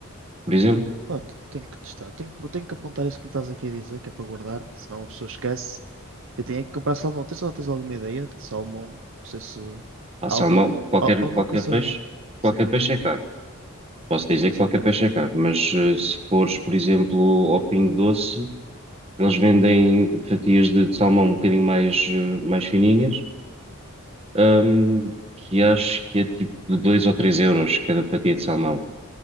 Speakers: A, on the right; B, on the right.
A: Por exemplo,
B: Não, te- tenho que testar. Tenho, que- tenho que apontar isso que me estás aqui a dizer, que é para guardar, senão a pessoa esquece. Eu tenho é que comprar salmão. Tens, al- tens alguma ideia de salmão? Não sei se
A: pá,
B: há
A: salmão,
B: algum nome.
A: qualquer,
B: al- Alguma
A: qualquer
B: coisa.
A: peixe, qualquer
B: Sim,
A: peixe é caro. Posso dizer que
B: sim.
A: qualquer peixe é caro, mas eh, se fores, por exemplo, ao Pingo Doce, eles vendem fatias de, de salmão um bocadinho mais, eh, mais fininhas, ahm, que acho que é tipo de 2 ou 3 euros cada fatia de salmão.